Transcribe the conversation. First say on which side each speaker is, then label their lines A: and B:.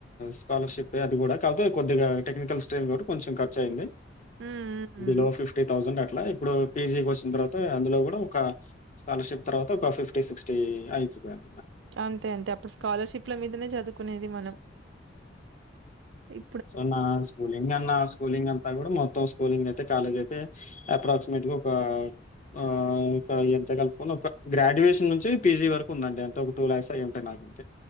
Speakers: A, on the left; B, on the right.
A: స్కాలర్షిప్ అది కూడా కాపోతే కొద్దిగా టెక్నికల్ స్ట్రీమ్ కూడా కొంచెం ఖర్చు అయింది
B: హ్మ్. హ్మ్.
A: బిలో ఫిఫ్టీ థౌసండ్ అట్లా ఇప్పుడు పీజీకి వచ్చి తర్వాత అందులో కూడా ఒక స్కాలర్షిప్ తర్వాత ఒక ఫిఫ్టీ సిక్స్టీ అయీతుందిం
B: అంతే అంతే అప్పుడు స్కాలర్షిప్ల మీదనే చదువుకునేది మనం ఇ
A: సో నా స్కూలింగ్ అ నా స్కూలింగ్ అంతా కూడా మొత్తం స్కూలింగ్ అయితే కాలేజ్ అయితే అప్రాక్సిమేట్ గా ఒక ఆ ఎంత కలుపు కున్న ఒక గ్రాడ్యుయేషన్ నుంచి పీజీ వరకు ఉందండి అంత ఒక టూ ల్యాక్స్ అయ్య ఉంటాయి నాకు అంతే